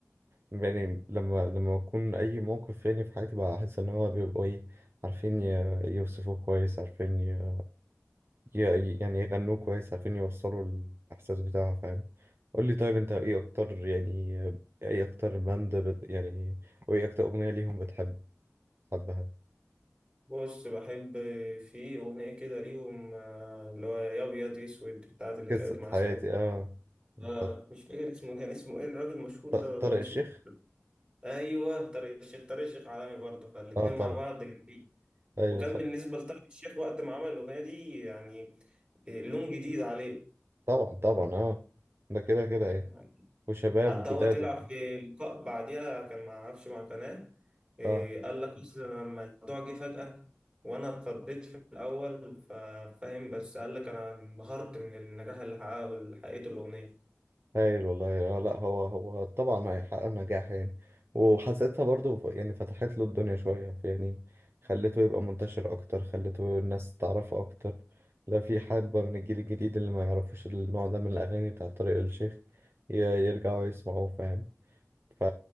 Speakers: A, on the right (about 50°); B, on the right (about 20°).
A: يعني لما لما بكون أي موقف يعني في حياتي بحس إن هو بيبقوا إيه عارفين ي- يوصفوه كويس عارفين ي... ي... يعني يغنوه كويس عارفين يوصلوا الإحساس بتاعها فاهم قول لي طيب أنت إيه أكتر يعني إيه أكتر باند بت... يعني وإيه أكتر أغنية ليهم بتحب بتحبها
B: بص بحب في أغنية كده ليهم آه، اللي هو يا أبيض يا أسود بتاعت اللي
A: قصة
B: كانت مع
A: حياتي
B: اسمه إيه؟
A: آه بتاعت
B: آه، مش فاكر اسمه كان اسمه إيه الراجل المشهور
A: ط-
B: ده والله
A: طارق
B: بس
A: الشيخ
B: مش فاكر أيوه طارق الشيخ طارق الشيخ عالمي برضه فالاتنين
A: آه
B: مع
A: طبعا
B: بعض جامدين
A: أيوه
B: وكان
A: صح
B: بالنسبة لطارق الشيخ وقت ما عمل الأغنية دي يعني آه، لون جديد عليه
A: طبعا طبعا آه ده كده كده يعني.
B: يعني.
A: وشباب
B: حتى
A: وجداد
B: هو طلع
A: وبتاع
B: في لقاء بعديها كان مع عفش مع قناة إيه،
A: اه
B: قال لك أصل أنا لما الموضوع جه فجأة وأنا اتخضيت في الأول ففاهم بس قال لك أنا انبهرت من النجاح اللي حققه اللي حققته الأغنية
A: هايل والله اه لا هو هو طبعا هيحقق نجاح يعني وحسيتها برضو ف- يعني فتحت له الدنيا شوية يعني خلته يبقى منتشر أكتر خلته الناس تعرفه أكتر لا في حبة من الجيل الجديد اللي ما يعرفوش النوع ده من الأغاني بتاع طارق الشيخ ي- يرجعوا يسمعوه فاهم ف...